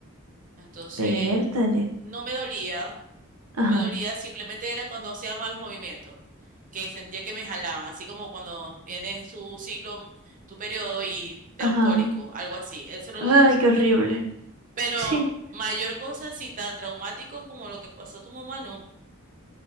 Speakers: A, on the right; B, on the right.
A: Entonces,
B: pértale.
A: no me dolía,
B: Ajá,
A: no me dolía, simplemente era cuando hacía malos movimientos, que sentía que me jalaban, así como cuando tienes tu ciclo, tu periodo y te
B: ajá.
A: da un cólico, algo así. Eso es lo
B: Ay,
A: que yo sentía.
B: qué horrible.
A: Pero
B: <laughs> Sí,
A: mayor cosa, sí, tan traumático como lo que pasó a tu mamá, no.